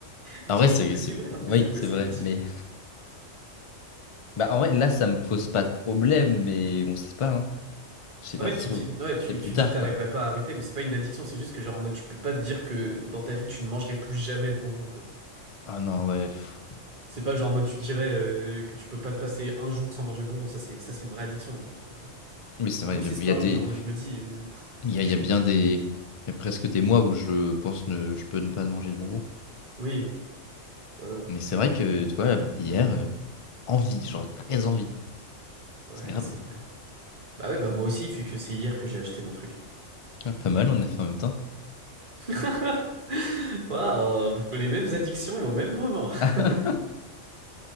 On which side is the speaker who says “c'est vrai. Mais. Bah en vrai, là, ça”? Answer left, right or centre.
Left